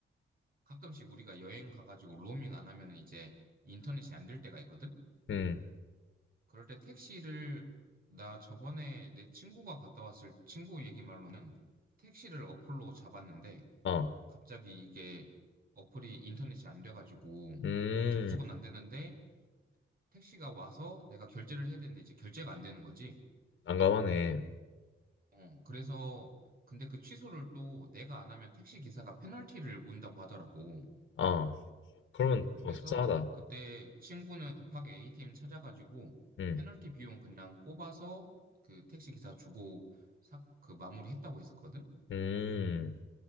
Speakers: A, on the right (about 45°); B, on the left (about 65°).
A: 가끔씩 우리가 여행 가가지고 로밍 안 하면은 이제 인터넷이 안 될 때가 있거든?
B: 응,
A: 그럴 때 택시를, 나 저번에 내 친구가 갔다 왔을 친구 얘기 말로는 택시를 어플로 잡았는데
B: 어,
A: 갑자기 이게 어플이 인터넷이 안 돼가지고
B: 음,
A: 접속은 안 되는데 택시가 와서 내가 결제를 해야 되는데 이제 결제가 안 되는 거지.
B: 난감하네.
A: 어, 그래서 근데 그 취소를 또 내가 안 하면 택시 기사가 페널티를 문다고 하더라고.
B: 어, 그러면
A: 그래서
B: 뭐 속상하다.
A: 그때 친구는 급하게 A팀 찾아가지고
B: 응,
A: 페널티 비용 그냥 뽑아서 그 택시 기사 주고 사, 그 마무리했다고 했었거든.
B: 음,